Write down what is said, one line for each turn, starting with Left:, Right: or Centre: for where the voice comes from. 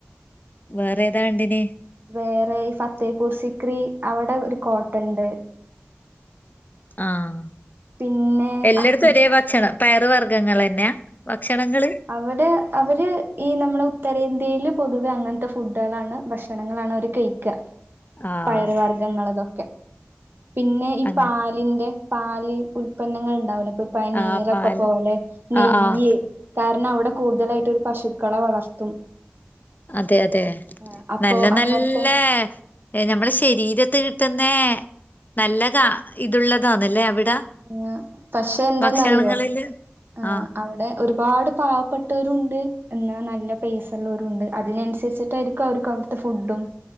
Left: വേറെതാ കണ്ടിനെ?
Right: വേറെ ഈ ഫത്തേപൂർ സ്ക്രി അവടെ ഒരു കോട്ടണ്ട്.
Left: ആഹ്
Right: പിന്നെ
Left: എല്ലടത്തും
Right: അക്
Left: ഒരേ ഭക്ഷണ പയർ വർഗങ്ങളെന്നാ? ഭക്ഷണങ്ങള്
Right: അവടെ അവര് ഈ നമ്മളെ ഉത്തരേന്ത്യയില് പൊതുവെ അങ്ങൻത്തെ ഫുഡളാണ് ഭക്ഷണങ്ങളാണ് അവര് കഴി ക്ക
Left: ആഹ്
Right: പയറ് വർഗങ്ങൾ അതൊക്കെ പിന്നെ ഈ
Left: അങ്ങനെ
Right: പാലിന്റെ പാല് ഉൽപന്നങ്ങള്ണ്ടാവൂല്ലേ ഇപ്പൊ പനീരൊക്കെ
Left: ആഹ് പാല്
Right: പോലെ ന
Left: ആഹ് ആഹ്
Right: കാരണം അവിടെ കൂടുതലായിട്ട് ഒര് പശുക്കളെ വളർത്തും
Left: അതെ അതെ
Right: ആഹ് അപ്പൊ
Left: നല്ല നല്ല
Right: അങ്ങനത്തെ
Left: ഏഹ് നമ്മളെ ശരീരത്ത് കിട്ടുന്ന നല്ല കാ ഇതുള്ളതാന്നല്ലേ അവിടെ
Right: ആഹ്‌ പക്ഷെ എന്താന്നറിയോ
Left: ഭക്ഷണങ്ങളില്
Right: ആ
Left: ആഹ്
Right: അവിടെ ഒരുപാട് പാവപ്പെട്ടവരുണ്ട് എന്നാ നല്ല പൈസള്ളവരുണ്ട് അതിനനുസരിച്ചിട്ടായി ക്കും ഒക്കെ അവർക്ക് അവിടത്തെ ഫുഡും